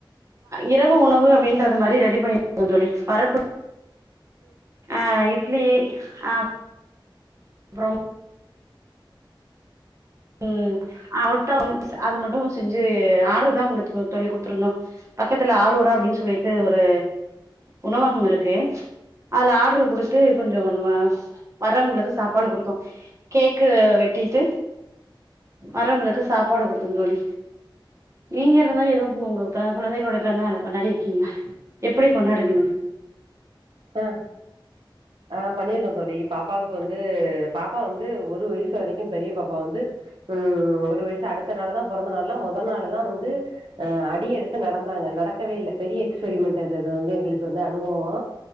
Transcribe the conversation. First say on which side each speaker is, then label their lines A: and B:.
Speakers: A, on the right; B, on the right.
A: இரவு உணவு அப்படின்றது மாரி ரெடி பண்ணி தோழி வரக்கூ ஆஹ் இட்லி ஆஹ் அப்புறம் உம்ஹ் அவ்ட்டம் அது மட்டு செஞ்சு ஆர்டரு தான் குடுத்துருந்தோ பக்கத்துல ஆரூரா அப்படின்னு சொல்லிட்டு ஒரு உணவகம் இருக்கு அதுல ஆர்டரு குடுத்து கொஞ்ச வர்றவங்களுக்கு சாப்பாடு குடுத்தோ கேக்கு வெட்டிட்டு வர்றவங்களுக்கு சாப்பாடு குடுத்தோம் தோழி நீங்க அந்த மாதிரி ஏதோ உங்க குழந்தைகளுடைய பிறந்த நாளை கொண்டாடி இருக்கீங்களா எப்படி கொண்டாடுனீங்க
B: ஆஹ் ஆஹ் பண்ணிருக்கோம் தோழி பாப்பாவுக்கு வந்து பாப்பா வந்து ஒரு வயசு வரைக்கும் பெரிய பாப்பா வந்து உஹம் ஒரு வயசு அடுத்த நாள்தான் பிறந்த நாள்தான் முதல் நாள்தான் வந்து அஹ் அடி எடுத்து நடந்தாங்க நடக்கவே இல்லை பெரிய எக்ஸ்பெரிமெண்ட் அது வந்து எங்களுக்கு வந்து அனுபவம்